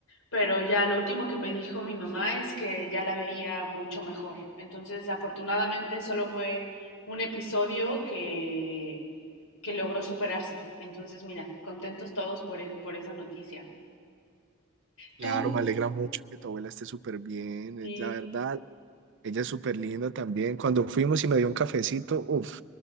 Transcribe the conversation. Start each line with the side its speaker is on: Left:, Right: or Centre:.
Left: pero ya lo último que me dijo mi mamá es que ya la veía mucho mejor. Entonces, afortunadamente solo fue un episodio que, que logró superarse. Entonces, mira, contentos todos por, es- por esa noticia.
Right: Claro,
Left: Tú,
Right: me alegra mucho que tu abuela esté súper bien, es
Left: sí.
Right: la verdad. Ella es súper linda también. Cuando fuimos y me dio un cafecito, uff,